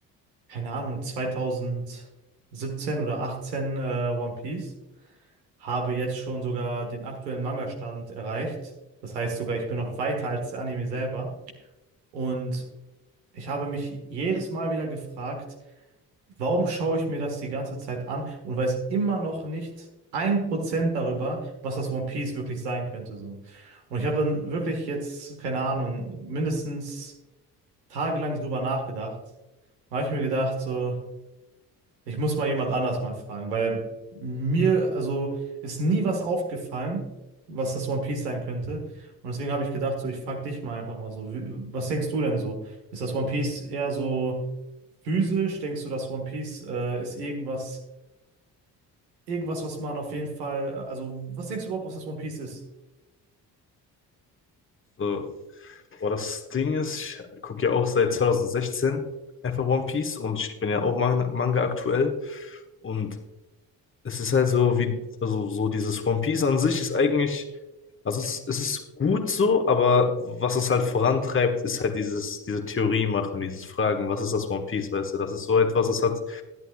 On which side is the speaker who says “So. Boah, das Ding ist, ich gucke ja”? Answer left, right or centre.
Left